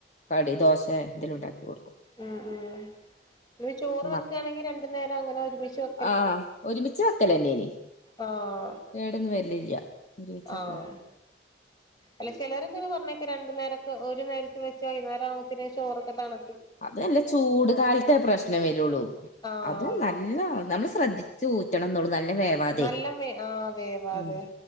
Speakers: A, on the left; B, on the left.
A: കടി ദോശേ എത്തേലും ണ്ടാക്കി കൊടുക്കും.
B: ഉം ഉം ന്ന് ചോറ്
A: മ
B: വെക്കാണെങ്കി രണ്ട് നേരം അങ്ങനെ ഒരുമിച്ച് വെ
A: ആഹ് ഒരുമിച്ച് വെക്കലെന്നെനി.
B: ആഹ്
A: കേടൊന്നും വരിലില്ല. ഒന്നീച്ചക്കലാ
B: ആഹ് അല്ല ചെലരൊക്കെങ്ങനെ പറഞ്ഞേക്കാ രണ്ടു നേരൊക്കെ ഒരു നേരൊക്കെ വെച്ചാ വൈന്നേരാവുമ്പോത്തിന് ചോറൊക്കെ തണു
A: അത് നല്ല ചൂട് കാലത്തെ പ്രശ്നം വരൊള്ളു.
B: ആഹ്
A: അതും ന അല്ല നമ്മള് ശ്രദ്ധിച്ചു ഊറ്റണംന്നുള്ളു നല്ല വേവാതെ
B: നല്ല വേ ആ വേവാതെ
A: ആഹ്